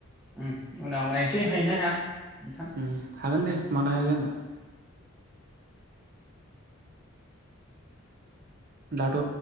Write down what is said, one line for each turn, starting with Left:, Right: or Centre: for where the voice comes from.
Centre: उम उनाव नायनोसै हायोना हाया नोंथां।
Right: उम हागोन दे मानो हाया जानो दाथ'